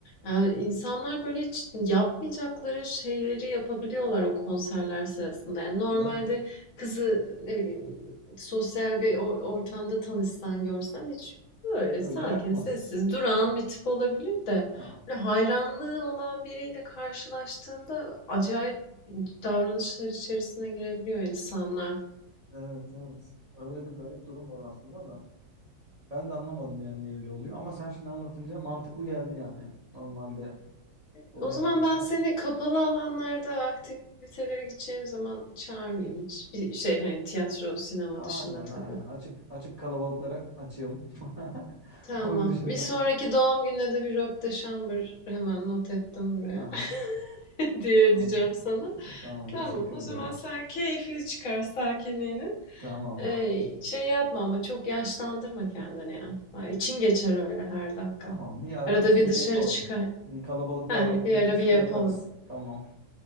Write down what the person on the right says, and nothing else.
Evet.
Öyle
yapmaz.
Ha.
Ha.
Evet evet. Öyle bir garip durum var aslında da. Ben de anlamadım yani niye öyle oluyor. Ama sen şimdi anlatınca mantıklı geldi yani. Normalde bunu
yapmazken.
Aynen
aynen. Açık açık kalabalıklara açığım. <laughs>
Onun dışında.
Aha,
tamam.
Tamam
teşekkür
ederim.
Tamam.
Tamam bir ara
bir şey
de yapalım.
Bir kalabalıklar
aktivitesi
de yaparız. Tamam.